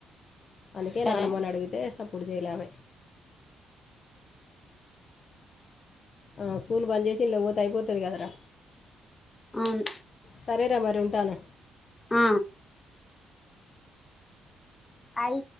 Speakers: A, on the left (about 45°); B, on the left (about 20°).
A: అందుకే
B: సరే
A: నానమ్మని అడిగితే ఫుడ్ చేయాల ఆమె ఆ స్కూల్ బంద్ చేసి ఇండ్లకు పోతే అయిపోతాది కద రా
B: అవును
A: సరేరా మరి ఉంటాను
B: ఆ ఆయి